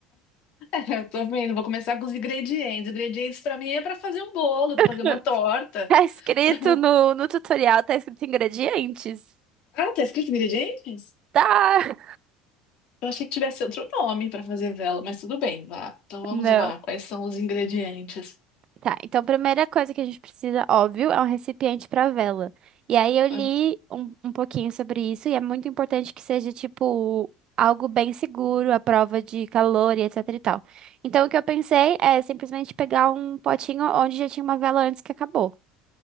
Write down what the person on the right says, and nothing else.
<laughs>
Tá escrito
no, no tutorial, tá escrito ingredientes.
Tá!
Não.
Tá, então a primeira coisa que a gente precisa, óbvio, é um recipiente para vela. E aí eu li
um, um pouquinho sobre isso e é muito importante que seja, tipo, algo bem seguro, à prova de calor e etc e tal. Então o que eu pensei é simplesmente pegar um potinho onde já tinha uma vela antes que acabou.